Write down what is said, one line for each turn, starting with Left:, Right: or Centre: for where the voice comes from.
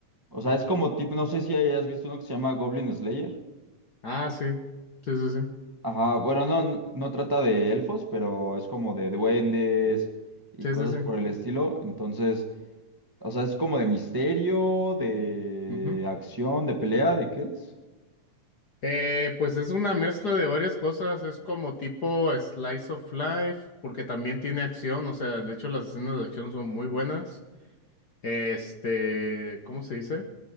Right: o sea, es como tipo, no sé si hayas visto uno que se llama Goblin Slayer.
Left: Ah, sí. Sí, sí, sí.
Right: Ajá, bueno, no, no no trata de elfos, pero es como de duendes y
Left: Sí,
Right: cosas
Left: sí, sí.
Right: por el estilo. Entonces, o sea, es como de misterio, de
Left: ujú.
Right: acción, de pelea, ¿de qué es?
Left: Eh, pues es una mezcla de varias cosas, es como tipo slice of life, porque también tiene acción, o sea, de hecho las escenas de acción son muy buenas. Este, ¿cómo se dice?